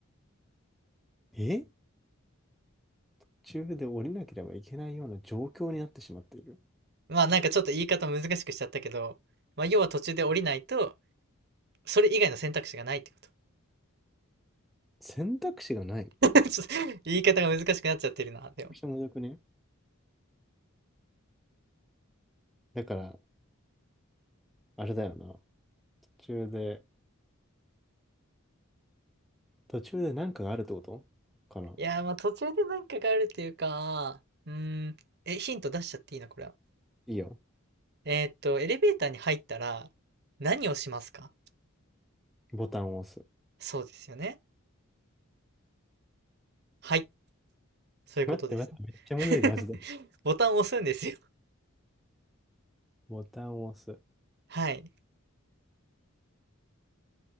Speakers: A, in the centre; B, on the right (about 50°).
A: え途中で降りなければいけないような状況になってしまっている。
B: まあ、なんかちょっと言い方難しくしちゃったけど、まあ、要は途中で降りないと、それ以外の選択肢がないってこと。
A: 選択肢がない
B: <laughs> ちょっと言い方が難しくなっちゃってるな、でも。
A: めちゃくちゃむずくねだから、あれだよな。途中で、途中でなんかがあるってことかな。
B: いやー、まあ途中でなんかがあるっていうか、うーん、え、ヒント出しちゃっていいのこれは。
A: いいよ。
B: えーっと、エレベーターに入ったら何をしますか
A: ボタンを押す。
B: そうですよね。はい、そういうことですね。
A: 待って待って、めっちゃむずいだマジで。
B: <laughs> ボタンを押すんですよ。
A: ボタンを押す。
B: はい。